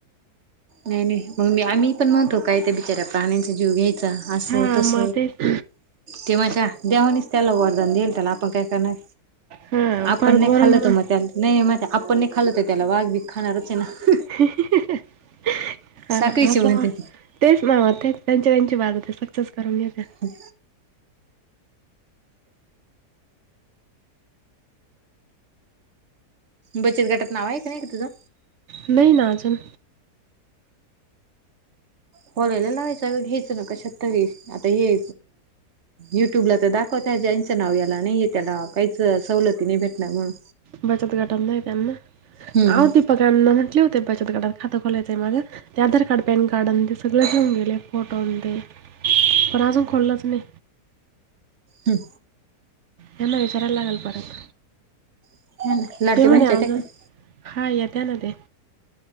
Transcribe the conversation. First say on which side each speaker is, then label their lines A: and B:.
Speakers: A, on the right; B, on the right.
A: नाही नाही मग मी आम्ही पण म्हणतो काय त्या बिचाऱ्या प्राण्यांचा जीव घ्यायचा. असं
B: हा
A: तस
B: मग तेच
A: ते माझ्या देवानेच त्याला वरदान देईल. त्याला आपण काय करणार
B: हा
A: आपण
B: परत
A: नाही
B: वरून
A: खाल्ल
B: मग
A: तो मला नाही म आपण नाही खालत त्याला वाघ बी खाणारच आहे ना.
B: ह
A: साखळीची
B: असं
A: म्हणते
B: तेच ना म तेच त्यांच्या त्यांची बाज हो सक्सेस करून येत.
A: ह. बचत गटात नाव आहे का नाही का तुझं?
B: नाही नाजून
A: खोलायला लावायचं घ्यायचं ना कशात तरी आता हे. युट्यूबला तर दाखवता ज यांचं नाव याला नाहीय त्याला काहीच सवलती नाही भेटला म्हणून
B: बचत घटव त्यांना
A: हम्म
B: आ. ना म्हटले होते बचतटात खातं खोलायंय माझं ते आधार कार्ड पॅन कार्ड आणि सगळे घेऊन गेले फोटोन ते पण अजून खोललंच नाही.
A: हम्.
B: यांना विचारायला लागेल परत
A: हम्म लाडके
B: ते म्हणे
A: बहिणीच्या
B: आज
A: येत्या का
B: हा येत्या ना ते